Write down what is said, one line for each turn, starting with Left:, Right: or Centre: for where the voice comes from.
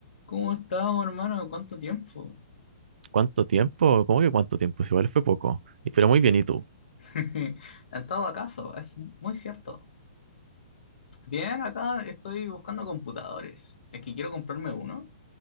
Left: ¿Cómo estamos, hermano? ¿Cuánto tiempo?
Right: ¿Cuánto tiempo? ¿Cómo que cuánto tiempo? Si igual fue poco. Y- Pero muy bien, ¿y tú?
Left: <laughs> ¿Ha estado acaso? Es muy cierto. Bien, acá estoy buscando computadores. Es que quiero comprarme uno